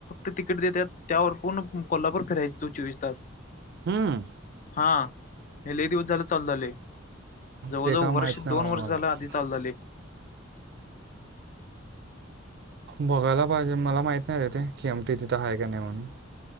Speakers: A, on the left; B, on the right.
A: ते तिकीट देतात त्यावर पूर्ण कोल्हापूर फिरायचं तू चोवीस तास.
B: हूं!
A: हा हे लयी दिवस झालं चालू झालय जवळ,
B: ते
A: जवळ
B: का माहीत
A: वर्ष
B: नाही
A: दोन वर्ष
B: बाबा
A: झालं
B: मला
A: आधी चालु झालय.
B: बघायला पाहिजे मला माहित नाही रे ते केएमटी तिथं आहे का नाही म्हणून.